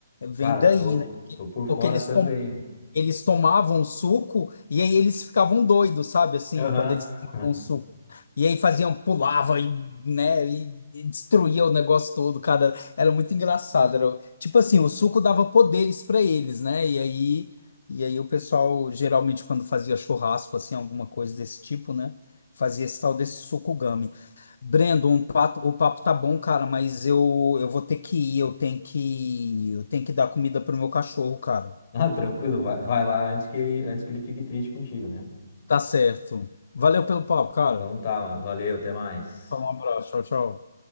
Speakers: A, on the left; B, on the left.
A: Vem
B: Cara,
A: daí,
B: tô,
A: né?
B: tô por fora
A: Porque eles,
B: também,
A: tom-
B: mano.
A: eles tomavam o suco e aí eles ficavam doidos, sabe? Assim,
B: Aham.
A: quando eles tomavam
B: <laughs>
A: o suco. E aí faziam, pulava e, né, e, e destruía o negócio todo, cara. Era muito engraçado. Era, tipo assim, o suco dava poderes para eles, né? E aí, e aí o pessoal, geralmente, quando fazia churrasco, assim, alguma coisa desse tipo, né? Fazia esse tal desse suco gummy. Brendo, um pato- o papo tá bom, cara, mas eu, eu vou ter que ir, eu tenho que, eu tenho que dar comida pro meu cachorro, cara.
B: Ah, tranquilo, vai, vai lá antes que ele, antes que ele fique triste contigo, né?
A: Tá certo. Valeu pelo papo, cara.
B: Então tá, mano. Valeu, até mais.
A: Fala um abraço. Tchau, tchau.